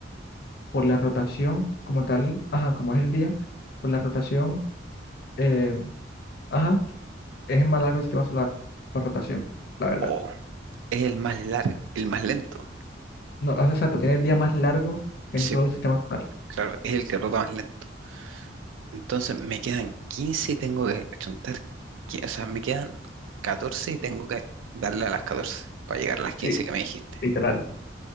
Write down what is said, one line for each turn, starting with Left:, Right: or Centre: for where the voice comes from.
Left: por la rotación como tal, ajá, como es el día, por la rotación, eh, ajá, es más largo el sistema solar por rotación, la verdad.
Right: Oh, es el más largo, el más lento.
Left: No, ah, exacto, tiene el día más largo en
Right: Sí,
Left: todo el sistema solar.
Right: claro, es el que rota más lento. Entonces me quedan 15 y tengo que chuntar, qui- o sea, me quedan 14 y tengo que darle a las 14 para llegar a las quince
Left: Sí,
Right: que me dijiste.
Left: literal.